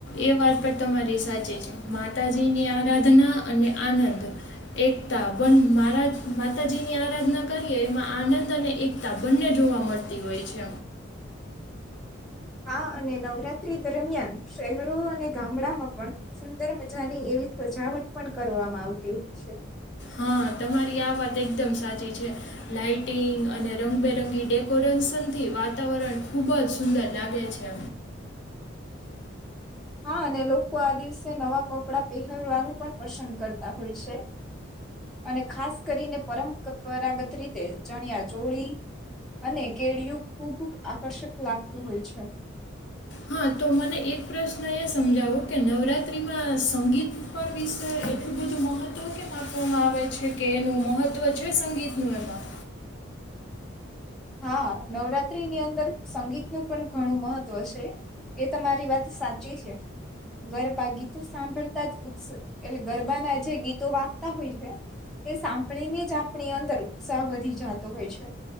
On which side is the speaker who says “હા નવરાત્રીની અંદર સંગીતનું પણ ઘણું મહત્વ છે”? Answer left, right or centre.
Centre